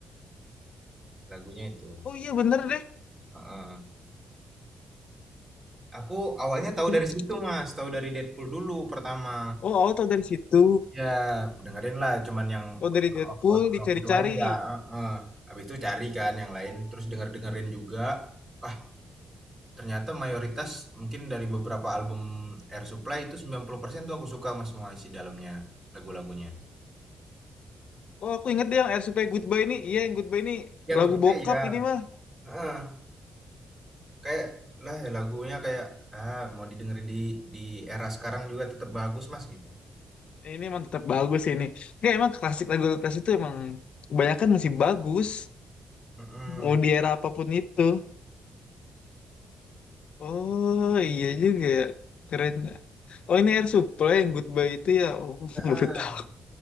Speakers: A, on the right; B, on the left.
A: lagunya itu.
B: oh iya bener deh.
A: Heeh. Aku awalnya tahu
B: Jadi,
A: dari situ, Mas, tahu dari Deadpool dulu pertama.
B: oh awal tau dari situ.
A: Ya, dengerin lah cuman yang
B: Oh dari
A: Lord
B: Deadpool
A: of Oslo
B: dicari-cari.
A: itu aja, heeh. Habis itu cari kan yang lain, terus denger-dengerin juga. Wah, ternyata mayoritas mungkin dari beberapa album Air Supply itu 90% tuh aku suka, Mas, semua isi dalamnya, lagu-lagunya.
B: Oh aku inget deh yang Air Supply Goodbye ini. Iya yang Goodbye ini
A: Yang
B: lagu
A: kedua
B: bokap
A: ya,
B: ini mah.
A: heeh. Kayak, lah ya lagunya kayak, ah mau didengerin di di era sekarang juga tetap bagus Mas, gitu.
B: Ya, Ini emang tetap bagus sih ini. Ya emang klasik lagu klasik itu emang kebanyakan masih bagus.
A: Mhm.
B: Mau di era apapun itu. Oh iya juga ya. Keren. Oh ini Air Supply yang Goodbye itu ya. Oh
A: Heeh,
B: <laughs> baru tahu.